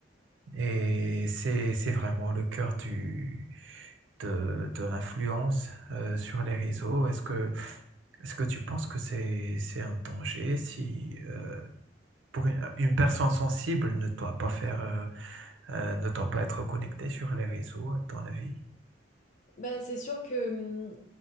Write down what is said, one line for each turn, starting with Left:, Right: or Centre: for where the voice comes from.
Right: Et c'est, c'est vraiment le cœur du, de, de l'influence euh, sur
Left: mhm.
Right: les réseaux. Est-ce que, est-ce que tu penses que c'est, c'est un danger si, euh, pour une, une personne sensible ne doit pas faire, euh, euh, ne doit pas être connectée sur les réseaux, à ton avis?
Left: Bah, c'est sûr que, hum,